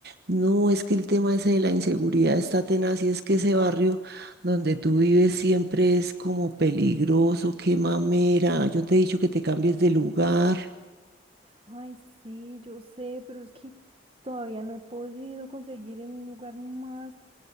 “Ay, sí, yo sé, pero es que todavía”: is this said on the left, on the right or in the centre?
Right